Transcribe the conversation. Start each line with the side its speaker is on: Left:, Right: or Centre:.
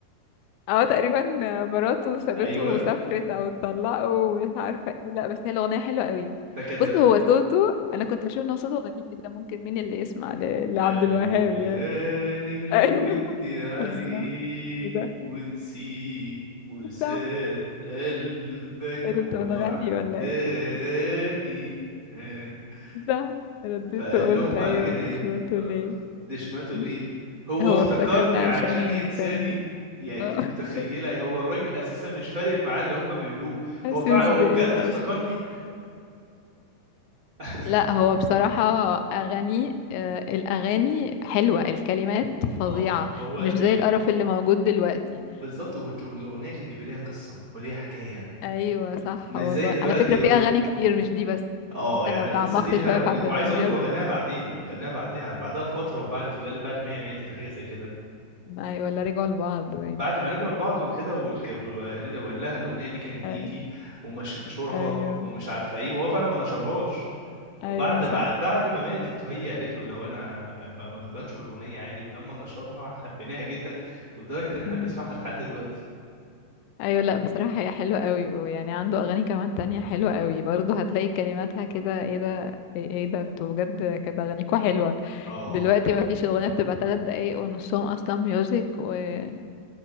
Left: اه تقريبا مراته سابته
Right: ايوه
Left: وسافرت او اتطلقوا ومش عارفه ايه لا بس هي الاغنيه حلوه قوي
Right: فكده
Left: بص هو صوته انا كنت بشوف ان هو صوته غريب جدا ممكن مين اللي يسمع ل- لعبد
Right: قالوا
Left: الوهاب
Right: لي
Left: يعني
Right: هاني
Left: <laughs>
Right: الود
Left: ايوه
Right: عليك
Left: بالظبط كده
Right: ونسيك وساب
Left: صح
Right: قلبك
Left: ايه ده انت
Right: وحداني
Left: بتغني ولا ايه
Right: <laughs>
Left: صح رديت
Right: فقال
Left: وقلت
Right: لهم بعد
Left: ايوه
Right: كده
Left: انت
Right: ايه
Left: سمعته ليه
Right: دشمته
Left: مم.
Right: ليه هو
Left: هو
Right: افتكرني
Left: افتكرني عشان
Right: عشان
Left: ينساني
Right: ينساني يعني انت
Left: اه
Right: متخيله
Left: <laughs>
Right: هو الراجل اساسا مش فارق معاه اللي هم بيقولوه
Left: حاسس
Right: هو فع هو
Left: بايه
Right: بجد افتكرني
Left: اصلا
Right: <laughs>
Left: لا هو بصراحة أغاني آه، الأغاني حلوة الكلمات فظيعة
Right: اه هو انت
Left: مش زي القرف اللي موجود دلوقتي
Right: و- بالظبط وال- والاغنيه كان بيبقى ليها قصه وليها حكايه
Left: أيوة صح
Right: مش
Left: والله
Right: زي دلوقتي
Left: على فكرة
Right: يقول
Left: في أغاني كتير مش دي بس
Right: اه
Left: يعني انت
Right: يعني
Left: لو
Right: القصه
Left: تعمقت
Right: دي ليها
Left: شوية
Right: أغنية
Left: في عبد
Right: وعايز
Left: الوهاب
Right: اقول لك هو غناها بعدين غناها بعدها بعدها بفتره وبعد في الغالب بعد ما هي ماتت حاجه زي كده
Left: أيوة ولا رجعوا لبعض باين
Right: بعد ما رجعوا لبعض وكده والك- وقال وقال لها الاغنيه دي كانت ليكي
Left: أي-
Right: ومش انشرها
Left: أيوة
Right: ومش عارفه ايه وهو فعلا ما نشرهاش
Left: أيوة
Right: وبعد بعد بعد ما ماتت هي قالت له لو انا ب- بنشر الاغنيه عادي ولما نشرها حبيناها جدا ولدرجه ان احنا
Left: صح
Right: بنسمعها لحد دلوقتي
Left: ايوه لا بصراحة هي حلوة قوي ويعني عنده اغاني كمان تانية حلوة قوي برضه هتلاقي كلماتها كده ايه ده ايه إيه ده انتوا بجد كانت اغانيكوا حلوة
Right: اه
Left: دلوقتي مفيش اغنية بتبقى تلات دقايق ونصهم اصلا ميوزك ومفيش